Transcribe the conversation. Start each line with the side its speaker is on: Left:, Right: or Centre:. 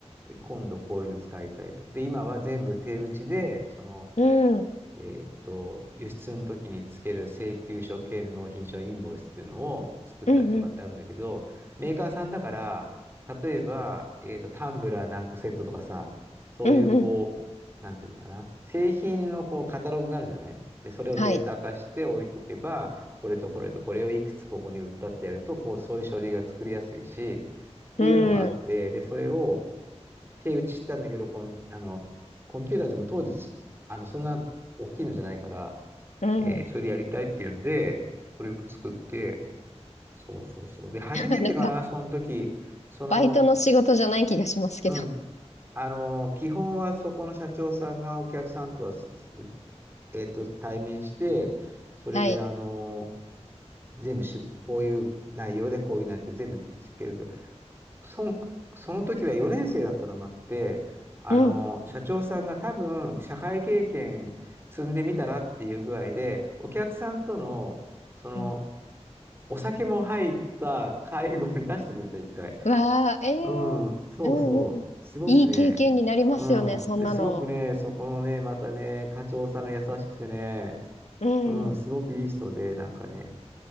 Right: 今度こういうの使いたいと。で、今は全部手打ちで、その、
Left: うん、うん、
Right: えーっと、輸出の時につける請求書兼納品書インボイスっていうのを作ったりとかってあるんだけど、
Left: うん、
Right: メーカーさんだから、例えば、えーっと、タンブラー何個セットとかさ、そういうこう、
Left: うん、うん。
Right: なんていうのかな、製品のこうカタログがあるじゃないで、それをデータ化して置いとけば、
Left: はい。
Right: これとこれとこれをいくつここに売ったってやると、こう、そういう書類が作りやすいし、っていうのがあって、
Left: うん、
Right: で、それを手打ちしたんだけど、コン、あの、コンピューターでも当時、あの、そんな大きいのじゃないから、
Left: うん。
Right: えーそれでやりたいっていうんで、これを作って、そうそうそう。で、初めてかな、
Left: <laughs> なんか、
Right: その時、その、
Left: バイトの仕事じゃない気がしますけど。
Right: うん、あの、基本はそこの社長さんがお客さんとは、すすえっと、対面して、それで、
Left: はい。
Right: あの、全部し、こういう内容でこういう内容って全部知ってるけど、そん、その時は4年生だったのもあって、あの、
Left: うん、
Right: 社長さんが多分社会経験積んでみたらっていう具合で、お客さんとの、その、
Left: うん。
Right: お酒も入った会合に出してくれた、一回。
Left: うわぁ、えー、
Right: うん、そうそう。
Left: うん、うん。
Right: すごくね、
Left: いい経験になりますよね、
Right: うん。
Left: そんなの。
Right: で、すごくね、そこのね、またね、課長さんが優しくてね、
Left: うん。
Right: うん、すごくいい人で、なんかね、